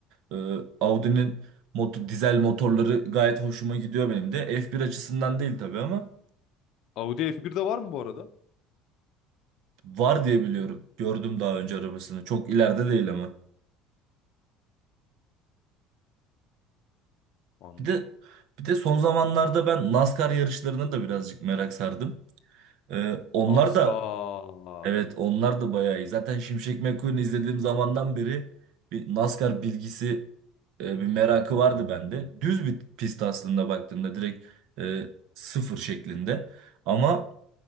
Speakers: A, on the right; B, on the left.
A: Ee, Audi'nin motor, dizel motorları gayet hoşuma gidiyor benim de. F1 açısından değil tabii ama
B: Audi F1'de var mı bu arada?
A: var diye biliyorum. Gördüm daha önce arabasını. Çok ileride değil ama.
B: Anladım.
A: Bir de bir de son zamanlarda ben NASCAR yarışlarına da birazcık merak sardım. Ee, onlar
B: NASCAR.
A: da evet onlar da bayağı iyi. Zaten Şimşek McQueen'i izlediğim zamandan beri bir NASCAR bilgisi e, bir merakı vardı bende. Düz bir pist aslında baktığımda direkt e, sıfır şeklinde. Ama